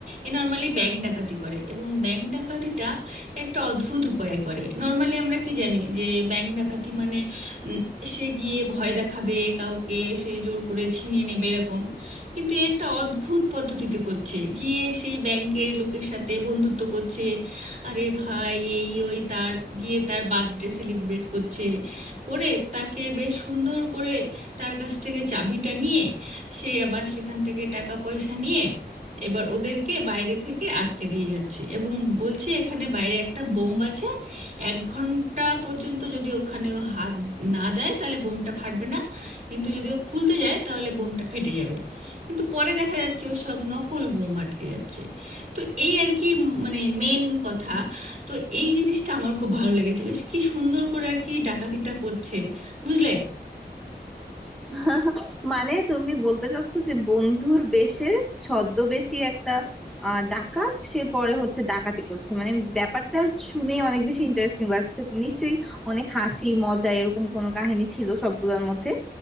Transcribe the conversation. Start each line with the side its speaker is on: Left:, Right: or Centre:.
Right: এ নর্মালি ব্যাংক ডাকাতি করে এবং ব্যাংক ডাকাতিটা একটা অদ্ভুত উপায়ে করে নর্মালি আমরা কি জানি যে ব্যাংক ডাকাতি মানে উম, সে গিয়ে ভয় দেখাবে কাউকে সে জোর করে ছিনিয়ে নেবে এরকম কিন্তু এ একটা অদ্ভুত পদ্ধতিতে করছে গিয়ে সেই ব্যাংকের লোকের সাথে বন্ধুত্ব করছে আরে ভাই এই ওই তার গিয়ে তার বার্থডে সেলিব্রেট করছে করে তাকে বেশ সুন্দর করে তার কাছ থেকে চাবিটা নিয়ে সে আবার সেখান থেকে টাকা পয়সা নিয়ে এবার ওদেরকে বাইরে থেকে আটকে দিয়ে যাচ্ছে এবং বলছে এখানে বাইরে একটা বোম আছে এক ঘন্টা পর্যন্ত যদি ওখানে ও হাত না দেয় তাহলে বোমটা ফাটবে না কিন্তু যদি ও খুলতে যায় তাহলে বোমটা ফেটে যাবে কিন্তু পরে দেখা যাচ্ছে ও সব নকল বোম আটকে যাচ্ছে তো এই আর কি মানে মেন কথা তো এই জিনিসটা আমার খুব ভালো লেগেছে বেশ কি সুন্দর করে আর কি ডাকাতিটা করছে বুঝলে
Centre: <laughs> মানে তুমি বলতে চাচ্ছো যে বন্ধুর বেশে ছদ্মবেশী একটা আহ ডাকাত সে পরে হচ্ছে ডাকাতি করছে মানে ব্যাপারটা শুনে অনেক বেশি ইন্টারেস্টিং লাগছে নিশ্চয়ই অনেক হাসি মজা এরকম কোনো কাহিনী ছিল সবগুলোর মধ্যে